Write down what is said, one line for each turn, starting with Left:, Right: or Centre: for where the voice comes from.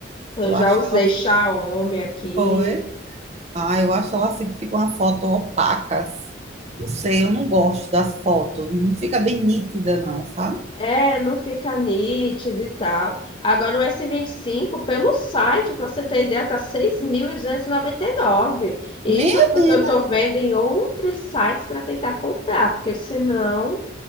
Left: Eu
Right: Eu
Left: já
Right: acho
Left: usei
Right: que ela
Left: Xiaomi aqui,
Right: foi. Ah, eu acho ela assim que fica uma foto opacas. Não sei, eu não gosto das fotos. Não fica bem nítida, não, sabe?
Left: É, não fica nítido e tal. Agora o S25, pelo site, para você ter ideia, tá 6.299. E noventa e nove. E
Right: Menina,
Left: Isso é porque eu estou vendo em outros sites para tentar comprar, porque senão